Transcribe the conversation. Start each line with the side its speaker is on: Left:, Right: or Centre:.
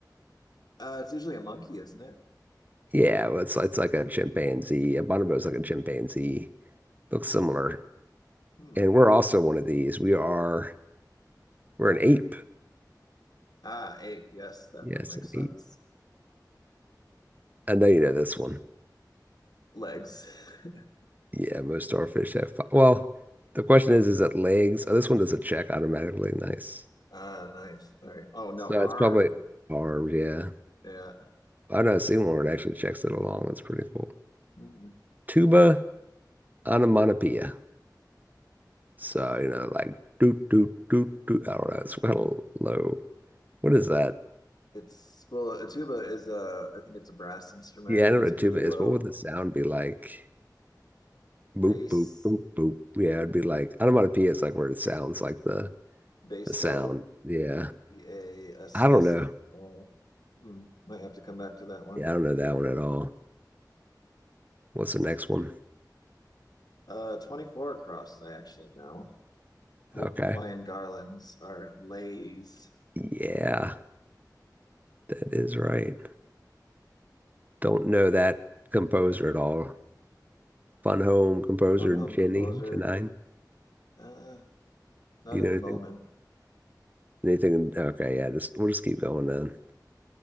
Left: Uh, it's usually a monkey, isn't it?
Right: Yeah, well, it's it's like a chimpanzee. A bonobo is like a chimpanzee. Looks similar,
Left: Hmm.
Right: and we're also one of these. We are we're an ape.
Left: Ah, ape. Yes, that
Right: Yes,
Left: would make
Right: an
Left: sense.
Right: ape. I know you know this one.
Left: Legs. <laughs>
Right: Yeah, most starfish have. fi- Well, the question is, is it legs? Oh, this one does a check automatically. Nice.
Left: Ah, nice. All right. Oh no,
Right: So
Left: arm.
Right: it's probably Armed, yeah.
Left: Yeah.
Right: I know Seymour actually checks it along. That's pretty cool.
Left: Mm.
Right: Tuba onomatopoeia. So, you know, like do do do do. I don't know. It's kind of low. What is that?
Left: It's well, a tuba is a. I think it's a brass instrument.
Right: Yeah,
Left: It
Right: I know
Left: is
Right: what a
Left: pretty
Right: tuba
Left: low
Right: is, but what would the sound be like?
Left: bass,
Right: Boop boop boop boop. Yeah, it'd be like onomatopoeia is like where it sounds like the
Left: basso
Right: the sound. Yeah.
Left: B A S
Right: I
Left: S
Right: don't know.
Left: O. Hmm, might have to come back to that one.
Right: Yeah, I don't know that one at all. What's the next one?
Left: Uh, 24 across, I actually know. Ho-
Right: Okay.
Left: Hawaiian garlands are lays
Right: Yeah, that is right. Don't know that composer at all. Fun Home composer
Left: on home
Right: Jenny
Left: composer.
Right: Janine.
Left: Uh, not
Right: Do you
Left: at
Right: know
Left: the
Right: anything?
Left: moment.
Right: Anything? Okay, yeah. Just we'll just keep going then.